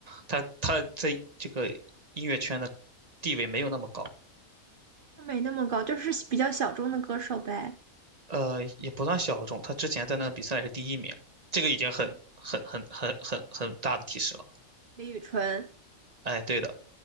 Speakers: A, on the right; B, on the right.
A: 他他在这个音乐圈的地位没有那么高，
B: 他没那么高，就是比较小众的歌手呗。
A: 呃，也不算小众。他之前在那个比赛是第一名，这个已经很很很很很很大的提示了。
B: 嗯李宇春
A: 哎，对的，